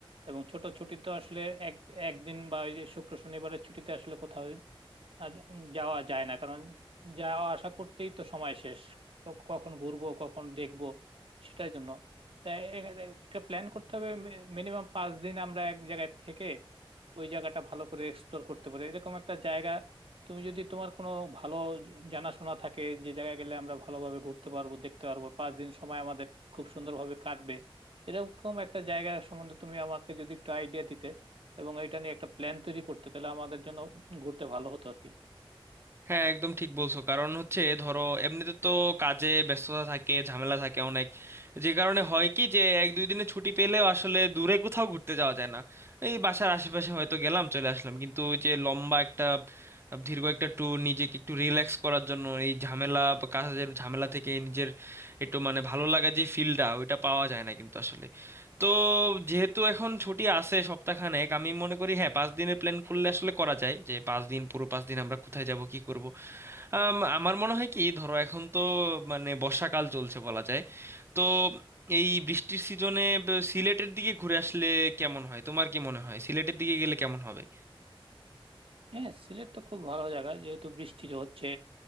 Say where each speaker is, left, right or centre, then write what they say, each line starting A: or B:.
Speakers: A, on the right; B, on the right.
A: এবং ছোট ছুটি তো আসলে এক একদিন বা ওই যে শুক্র শনিবারের ছুটিতে আসলে কোথাও আর যাওয়া যায় না কারণ যাওয়া আসা করতেই তো সময় শেষ তো কখন ঘুরবো কখন দেখবো সেটার জন্য তাই এ- একটা প্ল্যান করতে হবে মিনিমাম পাঁচ দিন আমরা এক জায়গায় থেকে ওই জায়গাটা ভালো করে এক্সপ্লোর করতে পারে এরকম একটা জায়গা তুমি যদি তোমার কোনো ভালো জ- জানাশোনা থাকে যে জায়গায় গেলে আমরা ভালোভাবে ঘুরতে পারবো দেখতে পারবো পাঁচ দিন সময় আমাদের খুব সুন্দরভাবে কাটবে এরকম একটা জায়গা সম্বন্ধে তুমি আমাকে যদি একটু আইডিয়া দিতে এবং এটা নিয়ে একটা প্ল্যান তৈরি করতে তাহলে আমাদের জন্য ঘুরতে ভালো হতো আর কি
B: হ্যাঁ একদম ঠিক বলছো কারণ হচ্ছে ধরো এমনিতে তো কাজে ব্যস্ততা থাকে ঝামেলা থাকে অনেক যে কারণে হয় কি যে এক দুই দিনে ছুটি পেলেও আসলে দূরে কোথাও ঘুরতে যাওয়া যায় না এই বাসার আশেপাশে হয়তো গেলাম চলে আসলাম কিন্তু ওই যে লম্বা একটা দীর্ঘ একটা ট্যুর নিজেকে একটু রিল্যাক্স করার জন্য এই ঝামেলা বা কাজের ঝামেলা থেকে নিজের একটু মানে ভালো লাগা যে ফিলটা ওইটা পাওয়া যায় না কিন্তু আসলে তো যেহেতু এখন ছুটি আছে সপ্তাহখানেক আমি মনে করি হ্যাঁ পাঁচ দিনের প্ল্যান করলে আসলে করা যায় যে পাঁচ দিন পুরো পাঁচ দিন আমরা কোথায় যাব কি করব আম, আমার মনে হয় কি ধরো এখন তো মানে বর্ষাকাল চলছে বলা যায় তো এই বৃষ্টির সিজনে ব- সিলেটের দিকে ঘুরে আসলে কেমন হয় তোমার কি মনে হয় সিলেটের দিকে গেলে কেমন হবে
A: হ্যাঁ সিলেট তো খুব ভালো জায়গা যেহেতু বৃষ্টি হচ্ছে